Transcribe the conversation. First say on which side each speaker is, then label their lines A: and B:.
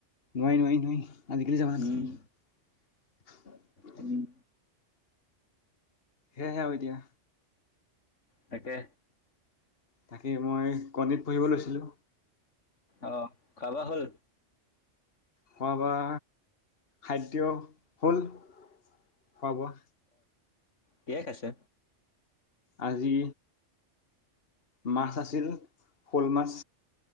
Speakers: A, on the left; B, on the left.
A: নোৱাৰি নোৱাৰি আজিকালি যামানা।
B: উম।
A: <inaudible>
B: উম।
A: সেয়াহে আৰু এতিয়া।
B: তাকে।
A: তাকে মই কণীত পঢ়িব লৈছিলোঁ।
B: অহ খোৱা বোৱা হল।
A: খোৱা বোৱা খাদ্য হ'ল খোৱা বোৱা।
B: কিয়ে খাইছে।
A: আজি। মাছ আছিল শ'ল মাছ।